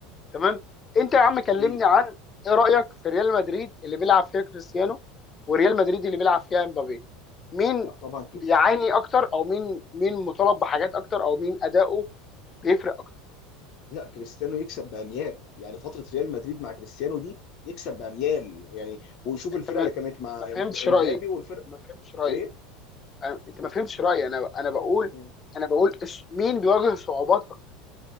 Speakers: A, on the left (about 30°); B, on the left (about 55°).
A: تمام انت يا عم كلمني
B: اكيد
A: عن ايه رايك في ريال مدريد اللي بيلعب فيها كريستيانو وريال مدريد اللي بيلعب فيها امبابي مين
B: لا طبعا ك...
A: بيعاني اكتر او مين مين مطالب بحاجات اكتر او مين اداؤه بيفرق اكتر
B: لا كريستيانو يكسب باميال يعني فتره ريال مدريد مع كريستيانو دي يكسب باميال يعني ويشوف
A: انت
B: الفرقه
A: ما
B: اللي كانت مع
A: ما فهمتش
B: إم- امبابي
A: رايي
B: والفرقه
A: ما فهمتش رايي
B: ايه
A: أنا- انت ما فهمتش رايي انا انا بقول
B: مم.
A: انا بقول إس- مين بيواجه صعوبات اكتر